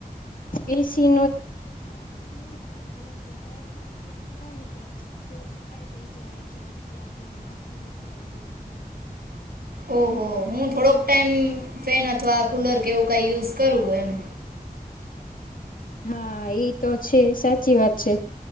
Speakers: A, on the left; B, on the right.
A: એ સી
B: ઓહો, હું થોડોક ટાઈમ ફેન અથવા કુલર કે એવું કાય યુઝ કરું એમ.
A: હા, ઈ તો છે. સાચી વાત છે.